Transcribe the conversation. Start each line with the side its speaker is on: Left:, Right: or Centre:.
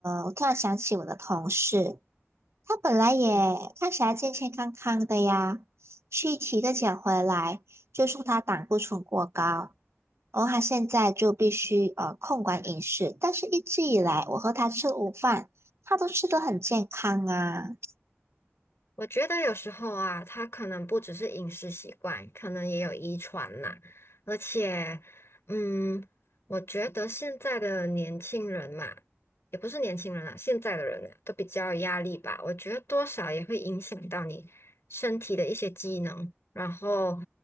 Right: 我突然想起我的同事，他本来也看起来健健康康的呀，
Left: 嗯。
Right: 去体个检回来，就说他胆固醇过高。然后他现在就必须呃控管饮食，但是一直以来我和他吃午饭，他都吃得很健康啊。
Left: 我觉得有时候啊，它可能不只是饮食习惯，可能也有遗传啦。而且，嗯，我觉得现在的年轻人嘛，也不是年轻人啦，现在的人啊，都比较有压力吧。我觉得多少也会影响到你身体的一些机能，然后